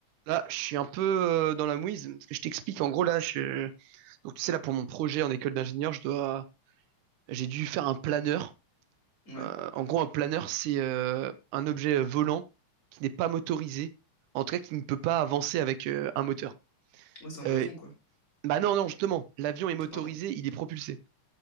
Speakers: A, on the right; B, on the left.
A: Là, je suis un peu euh, dans la mouise, parce que je t'explique, en gros, là, je... donc tu sais, là, pour mon projet en école d'ingénieur, je dois... j'ai dû faire un planeur.
B: Ouais,
A: Euh, en gros, un planeur, c'est euh, un objet euh, volant qui n'est pas motorisé, en tout cas, qui ne peut pas avancer avec euh, un moteur.
B: ouais, c'est un
A: Euh,
B: avion, quoi.
A: bah non, non, justement, l'avion est motorisé,
B: Ah, pardon.
A: il est propulsé.